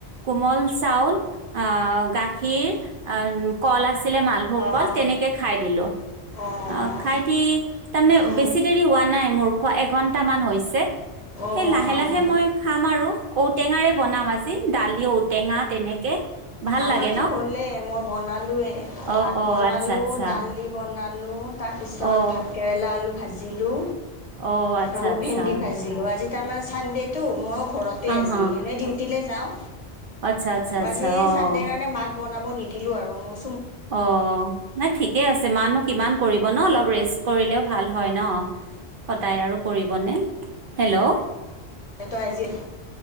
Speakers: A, on the right; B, on the left.
A: কোমল চাউল আ গাখীৰ আ কল আছিলে মালভোগ কল
B: অঁ অঁ
A: তেনেকে খাই দিলো
B: অঁ
A: আ খাই দি তাৰমানে
B: উম,
A: বেছি দেৰি হোৱা নাই মোৰ খোৱা এঘন্টা মান হৈছে,
B: অ',
A: সেই
B: অ',
A: লাহে লাহে মই খাম আৰু ঔটেঙাৰে বনাম আজি, দালি ঔটেঙা তেনেকে। ভাল
B: আমাৰটো
A: লাগে ন
B: হ'লেই, মই বনালোৱে
A: অ
B: ভাত
A: অ
B: বনালো,
A: আচ্ছা আচ্ছা
B: দালি বনালোঁ, তাৰপিছত
A: অ
B: ভাতকেৰেলা আলু ভাজিলো
A: অ আচ্ছা
B: আৰু
A: আচ্ছা
B: ভেন্দি ভাজিলো। আজি তাৰমানে চানডেটো মই ঘৰতে
A: অ
B: আজি,
A: হ
B: এনেই ডিউটিলে যাওঁ।
A: আচ্ছা। আচ্ছা আচ্ছা
B: আজি
A: অ
B: চানদে কাৰণে মাক বনাব নিদিলো আৰু মো
A: অ নাই ঠিকে আছে মা নো কিমান কৰিব ন অলপ ৰেষ্ট কৰিলেও ভাল হয় ন। সদায় আৰু কৰিবনে? হেল্ল।
B: তই আজি